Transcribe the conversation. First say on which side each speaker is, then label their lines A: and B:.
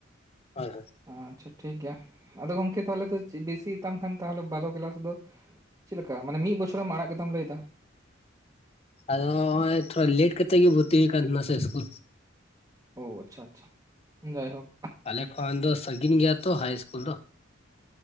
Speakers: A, on the left; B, on the right.
A: ᱦᱳᱭ ᱦᱳᱭ
B: ᱟᱪᱪᱷᱟ ᱴᱷᱤᱠ ᱜᱮᱮᱭᱟ ᱟᱫᱚ ᱜᱚᱢᱠᱮ ᱛᱟᱦᱚᱞᱮ ᱫᱚ ᱵᱮᱥᱤᱛᱟᱢ ᱠᱷᱟᱱ ᱛᱟᱦᱚᱞᱮ ᱵᱟᱨᱚ ᱠᱞᱟᱥ ᱫᱚ ᱪᱮᱫ ᱞᱮᱠᱟ ᱢᱟᱱᱮ ᱢᱤᱫ ᱵᱚᱪᱷᱚᱨᱢ ᱟᱲᱟᱜ ᱠᱟᱫᱟ ᱞᱟᱹᱭᱮᱫᱟ
A: ᱟᱫᱚ ᱱᱚᱜᱚᱭ ᱛᱷᱚᱲᱟ ᱞᱮᱴ ᱠᱟᱛᱮᱜ ᱜᱮ ᱵᱷᱚᱨᱛᱤ ᱠᱟᱱ ᱛᱟᱦᱮᱱᱟ ᱥᱮ ᱤᱥᱠᱩᱞ
B: ᱳᱳ ᱟᱪᱪᱷᱟ ᱟᱪᱪᱷᱟ ᱡᱟᱭᱦᱳᱠ
A: ᱟᱞᱮ ᱠᱷᱚᱱ ᱫᱚ ᱥᱟᱺᱜᱤᱧ ᱜᱮᱭᱟ ᱛᱚ ᱦᱟᱭ ᱤᱥᱠᱩᱞ ᱫᱚ